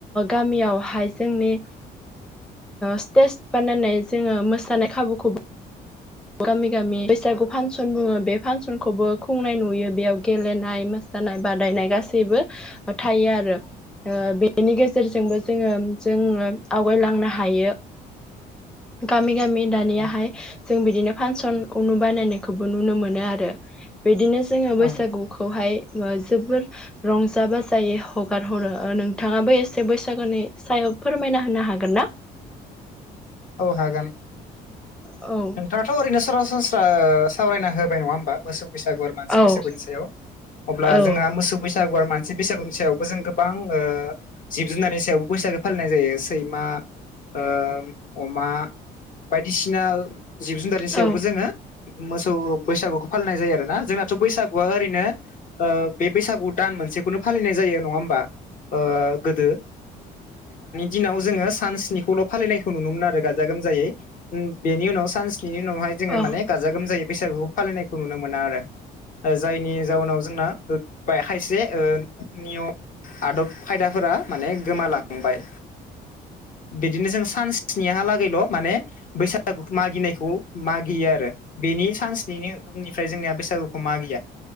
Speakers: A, in the centre; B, on the left.
A: गामियावहाय जोंनि स्टेज बाननानै जोङो मोसानाय खाबुखौबो गामि गामि बैसागु फांसन बुङो बे फांसनखौबो खुंनाय नुयो बेयाव गेलेनाय मोसा नाय बादायनाय गासैबो थायो आरो बेनि गेजेरजोंबो जोङो जोङो आवगायलांनो हायो। गामि गामि दानियाहाय
B: औ
A: जों बिदिनो फांसन नु बानायनायखौबो नुनो मोनो आरो बिदिनो जोङो बैसागु
B: औ
A: खौहाय जोबोर रंजा बाजायै हगार हरो नोंथाङाबो एसे बैसागोनि सायाव फोरमायना बुंनो हागोन ना?
B: औ हागोन।
A: औ
B: दाथ' ओरैनो सरासनस्रा सावरायना होबाय नङा होमबा मोस बैसागु आरो मानसि
A: औ
B: बैसागुनि सायाव। अब्ला
A: औ
B: जोंहा मोसौ बैसागु आरो मानसि बैसागुनि सायावबो जों गोबां ओ जिब जुनारनि सायावबो बैसागो फालिनाय जायो सैमा ओ अमा बायदिसिना जिब जुनादारनि सायावबो
A: औ
B: जोङो मोसौ बैसागुखौ फालिनाय जायो आरो ना जोंनाथ' बैसागुआ ओरैनो बे बैसागु दान मोनसेखौनो फालिनाय जायो नङा होमबा ओ गोदो दिनाव जोङो सान सनिखौल' फालि खौ नुनोमोन आरो गाजा गोमजायै। बेनि उनाव सानस्निनि उनावहाय जोङो
A: औ
B: माने गाजा गोमजायै बैसागुखौ फालिनायखौ नुनो मोना आरो। जायनि जाउनाव जोंना खायसे नियम आदब खायदाफोरा माने गोमालांबाय बिदिनो जों सान स्निहालागैल' माने बैसागु मागिनायखौ मागियो आरो। बेनि सानस्निनि उननिफ्राय जोंनिया बैसागुखौ मागिया।